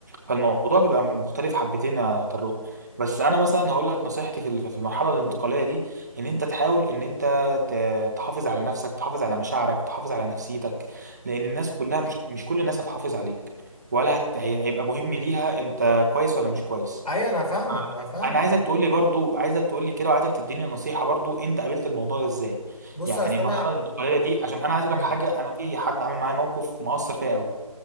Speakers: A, on the right (about 30°); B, on the left (about 80°).
A: فالموضوع بيبقى مختلف حبتين يا طارق بس انا مثلا هقول لك نصيحتي في ال- في المرحله الانتقاليه دي ان انت تحاول ان انت ت- تحافظ على نفسك تحافظ على مشاعرك تحافظ على نفسيتك لان الناس كلها مش مش كل الناس هتحافظ عليك ولا هت... هي- هيبقى مهم ليها انت كويس ولا مش كويس
B: ايوه انا فاهمك
A: ف-
B: انا فاهمك
A: انا عايزك
B: انا
A: تقول لي برضو عايزك تقول لي كده وعايزك تديني نصيحة برضو انت قابلت الموضوع ده ازاي
B: بص
A: يعني
B: اصل
A: المرحلة
B: انا
A: الانتقالية دي عشان انا عايز
B: هفهمك
A: اقول لك حاجة انا في حد عامل معايا موقف مؤثر فيا قوي